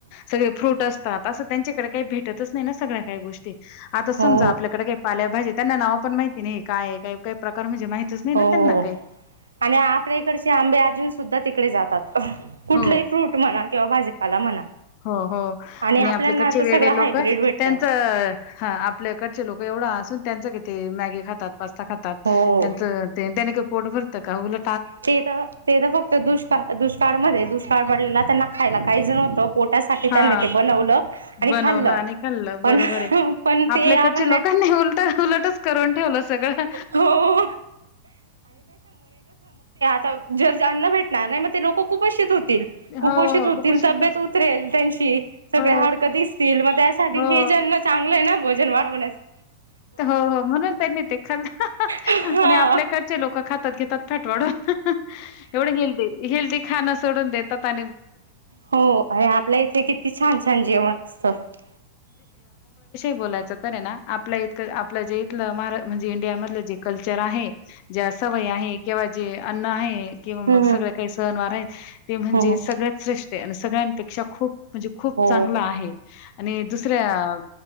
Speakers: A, on the left; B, on the right.
A: सगळे फ्रूट असतात असं त्यांच्याकडे काही भेट नाही सगळ्या काही गोष्टी आता
B: हो
A: समजा आपल्याकडे काही पाल्या भाजी त्यांना नाव पण माहिती नाही काय का काही प्रकार म्हणजे माहितच नाही
B: हो
A: ना त्यांना काही
B: आणि आपल्या इकडचे आंबे अजून सुद्धा तिकडे जातात कुठलेही
A: हो,
B: फ्रूट म्हणा किंवा भाजी आला म्हणा
A: हो हो आणि
B: आपल्याना
A: आपल्याकडचे
B: तर
A: वेडे
B: सगळं
A: लोक
B: हायब्रीड भेटतं
A: त्यांच आपल्याकडचे लोक त्यां मॅगी खातात पास्ता खातात
B: हो
A: त्यांच पोट भरत का उल
B: ते तर ते तर फक्त दुष्काळ दुष्काळमध्ये दुष्काळ पडलेला त्यांना खायला काही जणवतं पोट त्यासाठी
A: हां,
B: त्यांनी ते बनवलं आणि
A: बनवलं
B: खाल्लं
A: आणि खाल्लं बरोबर
B: पण
A: आहे.
B: पण
A: आपल्याकडच्या
B: ते आपण
A: लोकांनी उलट उलटच करून ठेवलं सगळं
B: हो ज अन्न भेटणार नाही मग ते लोक कुपेशीित होते कुपोषित
A: हो,
B: होतील
A: हो. कुपोषितच
B: तब्येत उतरेल त्यांची सगळे
A: हो,
B: हडकत दिसतील मग त्यासाठी
A: हो.
B: भजन चांग आहे ना भोजन वाढव
A: हो हो म्हणून त्यांनी ते खाल्लं
B: हा
A: आणि आपल्याकडचे लोक खातात घेतात फटवडून एवढं हेल्दी हेल्दी खाणं सोडून देतात <inaudible>
B: हो अरे आपल्या इथे किती छान छान जेवण असतं
A: बोलायच त ना आपल्या इक आपलं जे इथ मा म्हणजे इंडिया मधलं जे कल्चर आहे जे सवय आहे किंवा जे अन्न आहे किंवा
B: हम्म
A: मग
B: हम्म
A: सगळ काही सहनवार आहेत ते म्हणजे
B: हो
A: सगळ्यात श्रेष्ठ आहे आणि सगळ्यांपेक्षा खूप म्हणजे खूप चांगला
B: हो
A: आहे आणि दुसऱ्या